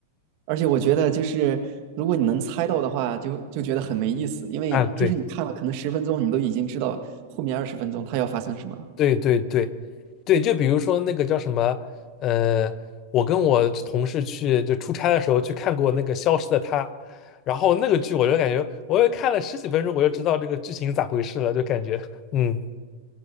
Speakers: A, on the right; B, on the left.
A: 而且我觉得就是如果你能猜到的话，就就觉得很没意思，因为就是你看了可能十分钟，
B: 啊，对。
A: 你都已经知道后面二十分钟它要发生什么了，
B: 对对对，对，就比如说那个叫什么，呃，我跟我同事去就出差的时候去看过那个《消失的她》，然后那个剧我就感觉，我又看了十几分钟，我就知道这个剧情咋回事了，就感觉，嗯，